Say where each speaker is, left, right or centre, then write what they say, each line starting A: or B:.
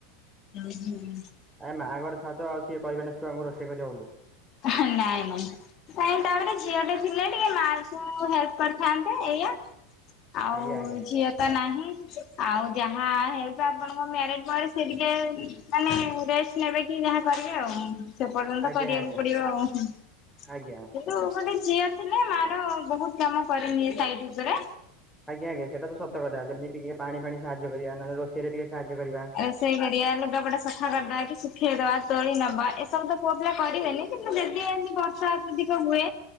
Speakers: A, on the left; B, in the centre.
A: <inaudible>
B: ଆ ମାଆ ଘରେ ଥାଉ ତ ଆଉ ସିଏ କହିବେ ନା ଛୁଆଙ୍କୁ ରୋଷେଇ କରିବ ବୋଲି।
A: ହଁ ନାଇଁ ନାଇଁ। ସେଇଟା ତାପରେ ଝିଅଟେ ଥିଲେ ଟିକେ ମା ଝିଅଙ୍କୁ ହେଲ୍ପ କରିଥାନ୍ତେ ଏଇଆ। ଆଉ
B: ଆଜ୍ଞା ଆଜ୍ଞା
A: ଝିଅ ତ ତ ନାହିଁ ଆଉ ଯାହା ହେଲପ ଆପଣଙ୍କ ମ୍ୟାରେଜ ସେ ଟିକେ ମାନେ ରେଷ୍ଟ ନେବେ କି ଯାହା କରିବେ ଆଉ ସେ ପର୍ଯ୍ୟନ୍ତ
B: ଆଜ୍ଞା
A: କରିବେନି।
B: ଆଜ୍ଞା
A: ପଡିବ ଆଉ କିନ୍ତୁ
B: ଆଜ୍ଞା
A: ଗୋଟେ ଝିଅ ଥିଲେ ମା ର ବହୁତ କାମ କରିନିଏ ସାଇଟ ଉପରେ
B: ଆଜ୍ଞା ଆଜ୍ଞା ସେଇଟା ତ ସତ କଥା ଯେମିତି ଟିକେ ପାଣି ଫାଣି ସାହାଯ୍ୟ କରିବା ନହଲେ ରୋଷେଇରେ ଟିକେ ସାହାଯ୍ୟ କରିବା।
A: ରୋଷେଇ କରିବା ଲୁଗାପଟା ସଫା କରିଦବା କି ଶୁଖେଇଦବା ତୋଳି ନବା ଏସବୁ ତ ପୁଅ ପିଲା କରିବେନି କିନ୍ତୁ ଜଦିି ଏନ୍ ବର୍ଷା ଅତ୍ୟଧିକ ହୁଏ।